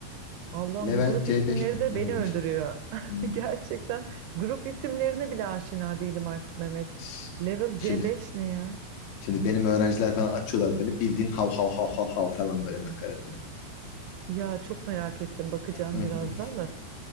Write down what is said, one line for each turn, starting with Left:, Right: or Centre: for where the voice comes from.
Right: Allah'ım
Left: Level
Right: bu grup
Left: C5
Right: isimleri
Left: mi?
Right: de
Left: Ne
Right: beni
Left: öyle
Right: öldürüyor.
Left: bir şey.
Right: <laughs>
Left: Hmm.
Right: Gerçekten grup isimlerine bile aşina değilim artık Mehmet.
Left: Ş-
Right: Level C5
Left: Şimdi
Right: ne ya?
Left: şimdi benim öğrenciler falan açıyorlar böyle bildiğin hav hav hav hav hav falan böyle nakaratı.
Right: Ya çok merak ettim bakacağım
Left: Hı
Right: birazdan
Left: hı.
Right: da.